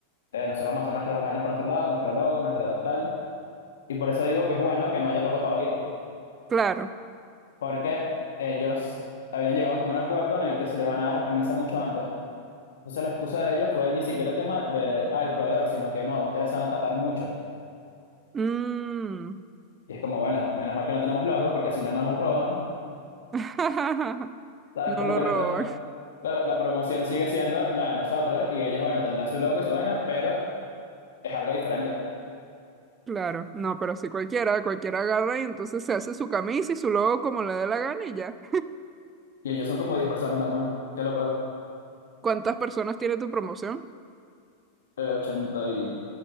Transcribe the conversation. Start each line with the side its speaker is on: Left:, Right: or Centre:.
Left: Eh, nosotros vamos a hacer nuestros vainas por nuestro lado, nuestro logo, nuestra tal. Y por eso digo que es bueno que no haya logo todavía,
Right: Claro.
Left: porque ellos habían llegado como un acuerdo en el que se les van a dar las camisas mucho antes. Entonces la excusa de ellos fue ni siquiera el tema de, al proveedor, sino que no, ustedes se van a tardar mucho.
Right: Mm.
Left: Y es como, bueno, menos mal que no tenemos logo, porque si no nos los roban.
Right: <laughs>
Left: ¿Sabes?
Right: No
Left: Como
Right: lo
Left: que
Right: robó.
Left: nuestra, claro, la promoción sigue siendo la de nosotros y ellos, bueno, tendrán su logo y su vaina, pero es algo diferente.
Right: Claro, no, pero si cualquiera, cualquiera agarra y entonces se hace su camisa y su logo como le dé la gana y ya.
Left: Y ellos son como 10 personas nada más, que es lo peor.
Right: ¿Cuántas personas tiene tu promoción?
Left: Eh, 80 y...